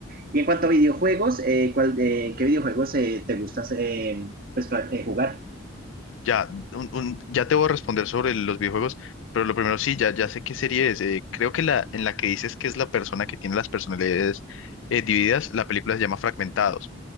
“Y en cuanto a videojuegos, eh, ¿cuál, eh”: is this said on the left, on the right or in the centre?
Right